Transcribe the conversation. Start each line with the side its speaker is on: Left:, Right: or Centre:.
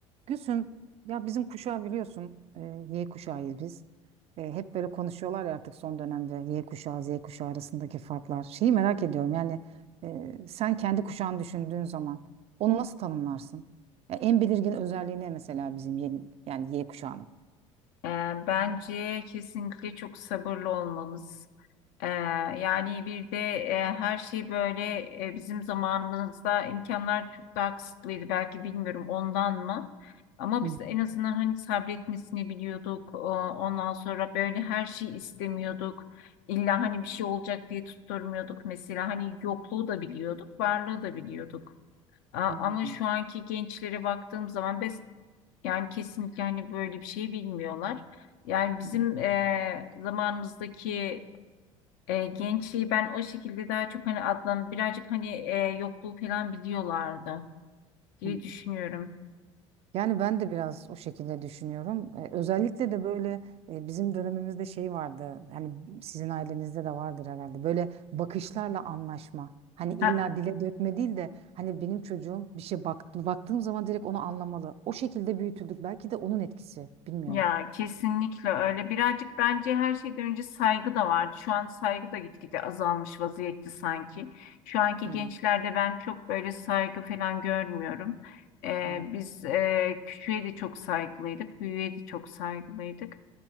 Right: Gülsüm, ya bizim kuşağı biliyorsun, e, Y kuşağıyız biz. E, hep böyle konuşuyorlar ya artık son dönemde Y kuşağı, Z kuşağı arasındaki farklar. Şeyi merak ediyorum yani e, sen kendi kuşağını düşündüğün zaman onu nasıl tanımlarsın? Ya en belirgin özelliği ne mesela bizim yeni, yani Y kuşağının?
Left: Ee, Bence kesinlikle çok sabırlı olmamız. Ee, yani bir de e, her şey böyle e, bizim zamanımızda imkanlar çok daha kısıtlıydı. Belki bilmiyorum ondan mı? Ama
Right: Hı,
Left: biz en azından hani sabretmesini biliyorduk. O- Ondan sonra böyle her şeyi istemiyorduk. İlla hani bir şey olacak diye tutturmuyorduk mesela. Hani yokluğu da biliyorduk, varlığı da biliyorduk. A-
Right: hı,
Left: Ama şu anki gençlere baktığım zaman yani kesinlikle hani böyle bir şey bilmiyorlar. Yani bizim
Right: hı,
Left: eee, zamanımızdaki eee, gençliği ben o şekilde daha çok hani adlan birazcık hani eee, yokluğu falan biliyorlardı diye
Right: hı.
Left: düşünüyorum.
Right: Yani ben de biraz o şekilde düşünüyorum. Ee, özellikle de böyle e, bizim dönemimizde şey vardı. Hani sizin ailenizde de vardır herhalde. Böyle bakışlarla anlaşma. Hani illa
Left: Ha,
Right: dile dökme değil de hani benim çocuğum bir şey baktı, baktığım zaman direkt onu anlamalı. O şekilde büyütüldük. Belki de onun etkisi. Bilmiyorum.
Left: ya kesinlikle öyle. Birazcık bence her şeyden önce saygı da vardı. Şu an saygı da gitgide azalmış vaziyette sanki. Şu anki
Right: Hmm,
Left: gençlerde ben çok böyle saygı falan görmüyorum. Eee,
Right: hmm,
Left: biz eee küçüğe de çok saygılıydık, büyüğe de çok saygılıydık.